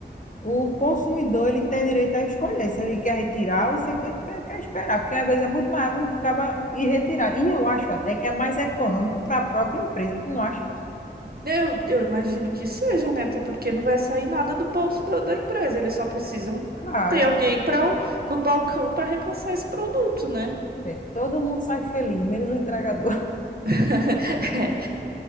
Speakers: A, on the left (about 45°); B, on the right (about 55°).
A: o consumidor ele ter direito a escolher se ele quer retirar ou se ele quer, quer esperar, porque às vezes é muito mais rápido o cara ir retirar. E eu acho até que é mais econômico para a própria empresa, tu não acha?
B: Eu, eu imagino que seja, né? Até porque não vai sair nada do bolso da, da empresa. Eles só precisam
A: Claro,
B: ter alguém para no balcão para repassar esse produto, né?
A: é, todo mundo sai feliz, menos o entregador.
B: <laughs>